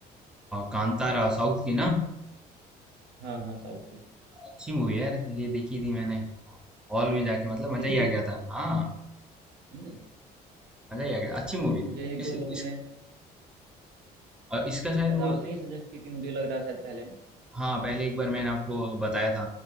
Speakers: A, in the centre; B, on the right.
A: कांतारा साउथ की ना
B: हाँ हाँ साउथ की
A: अच्छी मूवी है यार ये देखी थी मैंने हॉल में जाके मतलब मजा
B: देखी
A: ही
B: थी
A: आ गया था हाँ
B: हम्म
A: मजा ही आ गया अच्छी मूवी
B: तो मुझे
A: थी
B: एक दो
A: इस
B: लोगों
A: इस
B: ने
A: अ, इसका शायद
B: शायद
A: वो
B: आपने ही सजेस्ट की थी मुझे लग रहा है शायद पहले ना
A: हाँ पहले एक बार मैंने आपको बताया था